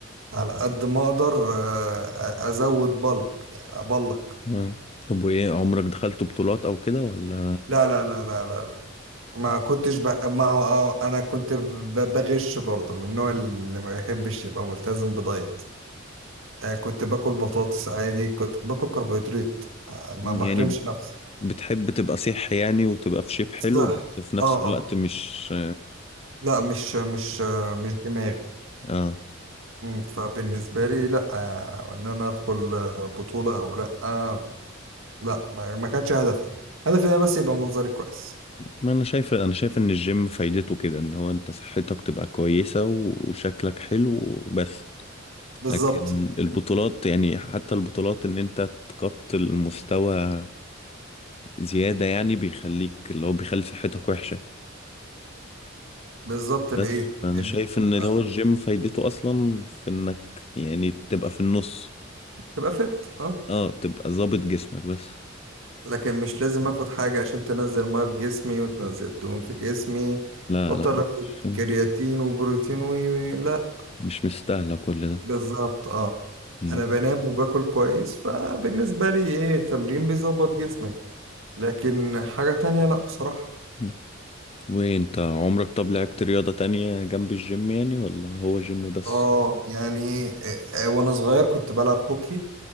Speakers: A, on the right; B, on the left.
A: على قد ما اقدر آه، ازود بلك يعني ابلك
B: آه. طب وايه عمرك دخلت بطولات أو كده ولا
A: لا لا لا لا لا لا ما كنتش ب... ما هو آه، انا كنت ب... بغش برضه من النوع اللي ما يحبش يبقى ملتزم بدايت آه، كنت باكل بطاطس عادي كنت باكل كربوهيدرات آه، ما
B: مم.
A: بحرمش
B: يعني
A: نفسي
B: بتحب تبقى صح يعني وتبقى في شيب حلو
A: صح
B: بس في نفس
A: اه
B: الوقت مش
A: لا مش مش آه، مش دماغي
B: اه
A: مم، فبالنسبة لي لا آه، ان انا ادخل آه، بطولة او لا آه، لا ما ما كانش هدفي هدفي ان انا بس يبقى منظري كويس
B: ما انا شايف انا شايف ان الجيم فايدته كده ان هو انت صحتك تبقى كويسة وشكلك حلو وبس
A: بالظبط
B: لكن البطولات يعني حتى البطولات ان انت تقط المستوى زيادة يعني بيخليك اللي هو بيخلي صحتك وحشة
A: بالظبط لإيه؟
B: بس فانا
A: إن-
B: شايف ان
A: آه،
B: اللي هو الجيم فايدته اصلا في انك يعني تبقى في النص
A: تبقى فت اه
B: اه تبقى ظابط جسمك بس
A: لكن مش لازم اخد حاجة عشان تنزل مية في جسمي وتنزل دهون في جسمي
B: لا
A: واضطر
B: لا
A: اخد
B: مش
A: كرياتين وبروتين وي وي لا
B: مش مستاهلة كل ده
A: بالظبط اه
B: م.
A: انا بنام وباكل كويس فبالنسبة لي ايه التمرين بيظبط جسمي لكن حاجة تانية لا بصراحة
B: م. وانت عمرك طب لعبت رياضة تانية جنب الجيم يعني ولا هو جيم بس
A: اه يعني آه، آه، وانا صغير كنت بلعب هوكي